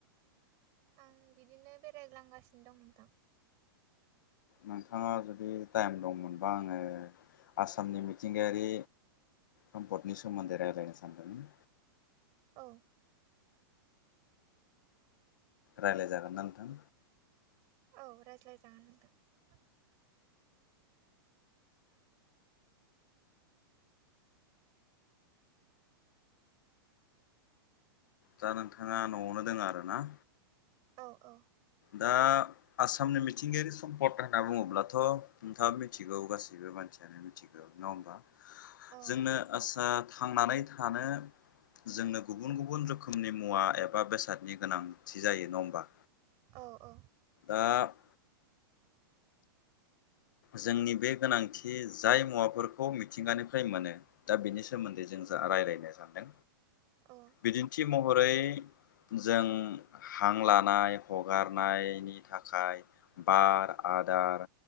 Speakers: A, on the right (about 25°); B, on the left (about 55°).
A: आं बिदिनो बेरायग्लांगासिन दं नोंथां।
B: नोंथाङा जुदि टाइम दंमोनबा आङो आसामनि मिथिंगायारि सम्फद नि सोमोन्दै रायज्लायनो सानदोंमोन।
A: औ
B: रायलाय जागोनना नोंथां?
A: औ रायज्लायजागोन नोंथां।
B: दा नोंथाङा न'आवनो दोङो आरो ना?
A: औ औ।
B: दा आसामनि मिथिंगायारि सम्पद होनना बुङोब्लाथ' नोंथाङा मिथिगौ गासैबो मा मानसियानो मिनथिगौ। नङा होमबा?
A: औ
B: जोंनो आसा थांनानै थानो जोंनो गुबुन गुबुन रोखोमनि मुवा एबा बेसादनि गोनांथि जायो। नङा ओमबा?
A: औ औ।
B: दा जोंनि बे गोनांथि जाय मुवाफोरखौ मिथिंगानिफ्राय मोनो दा बिनि सोमोन्दै जोङो जा रायलायनो सानदों।
A: औ
B: बिदिन्थि महरै जों हां लानाय हगारनायनि थाखाय बार आ आदार